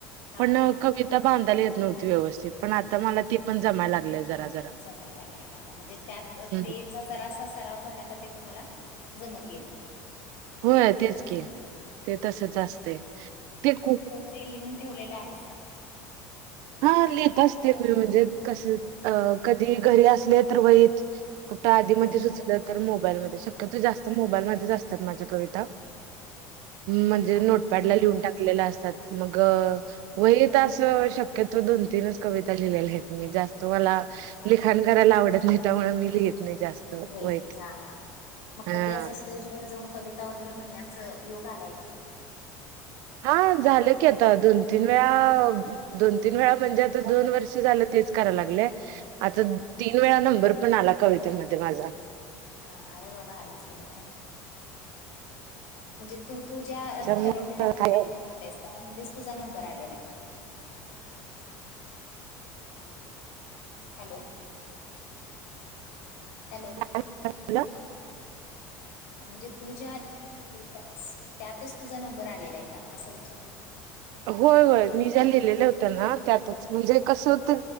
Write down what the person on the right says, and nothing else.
पण कविता बांधयला येत नव्हती व्यवस्थित पण आता मला ती पण जमायला लागले जरा जरा.
हं,
होय तेच कि ते तसचं असते. ते खूप
हा लीहीत असते मी म्हणजे कसं अ कधी घरी असले तर वहीत. कुठं आधीमधी
सुचलं तर मोबाईलमध्ये. शक्यतो जास्त मोबाईल मध्येचं असतात माझ्या कविता. म्हणजे
नोटपॅडला लिहून टाकलेला असतात. मग वहीत असं शक्यतो दोन तीनच कविता लिहिलेल्यायेत मी. जास्त मला लिखाण करायला आवडत नाही. त्यामुळे मी लिहीत नाही जास्त
वहीत
हा
हा झालं की आता. दोन तीन वेळा दोन तीन वेळा म्हणजे आता दोन वर्ष झाले तेच करा लागले. आता
तीन वेळा नंबर पण आला कवितेमध्ये माझा.
त्यामुळं
काय हॅलो
<unintelligible>
होय होय मी ज्या लिहिलेल्या होत्याना त्यातच. म्हणजे कसं होत.